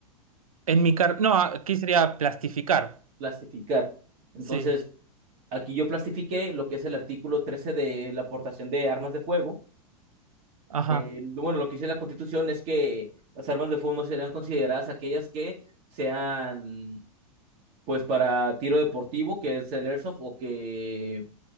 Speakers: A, on the right; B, on the right.
A: En mi car, no, ah, aquí sería plastificar.
B: plastificar. Entonces,
A: Sí.
B: Aquí yo plastifiqué lo que es el artículo 13 de la aportación de armas de fuego.
A: Ajá.
B: Eh, bueno, lo que dice la Constitución es que las armas de fuego no serán consideradas aquellas que sean, pues, para tiro deportivo, que es el airsoft, o que,